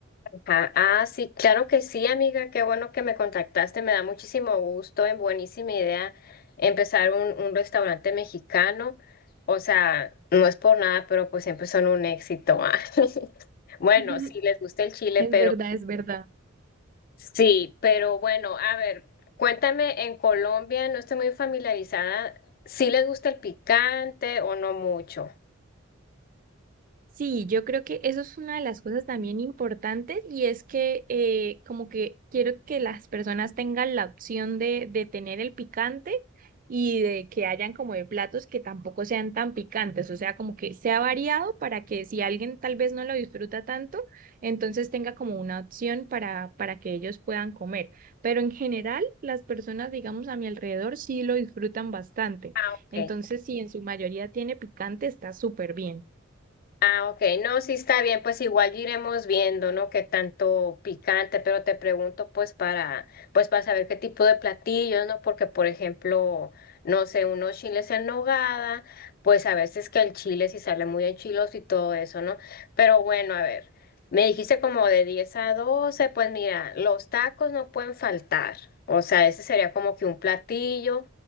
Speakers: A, on the left; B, on the right.
A: Ah, ah, sí, claro que sí, amiga, qué bueno que me contactaste, me da muchísimo gusto, es buenísima idea empezar un, un restaurante mexicano, o sea, no es por nada, pero pues siempre son un éxito. ah. <laughs> Bueno,
B: <laughs>
A: sí, les gusta el chile,
B: Es
A: pero
B: verdad, es verdad.
A: sí, pero bueno, a ver, cuéntame, en Colombia no estoy muy familiarizada, ¿sí les gusta el picante o no mucho?
B: Sí, yo creo que eso es una de las cosas también importantes y es que eh, como que quiero que las personas tengan la opción de, de tener el picante y de que hayan como de platos que tampoco sean tan picantes, o sea, como que sea variado para que si alguien tal vez no lo disfruta tanto, entonces tenga como una opción para, para que ellos puedan comer. Pero en general, las personas, digamos, a mi alrededor sí lo disfrutan bastante.
A: Ah, ok.
B: Entonces, si en su mayoría tiene picante, está súper bien.
A: Ah, ok, no, sí está bien, pues igual iremos viendo, ¿no? Qué tanto picante, pero te pregunto pues para, pues para saber qué tipo de platillos, ¿no? Porque por ejemplo, no sé, unos chiles en nogada, pues a veces que el chile sí sale muy enchiloso y todo eso, ¿no? Pero bueno, a ver, me dijiste como de 10 a 12. pues mira, los tacos no pueden faltar, o sea, ese sería como que un platillo.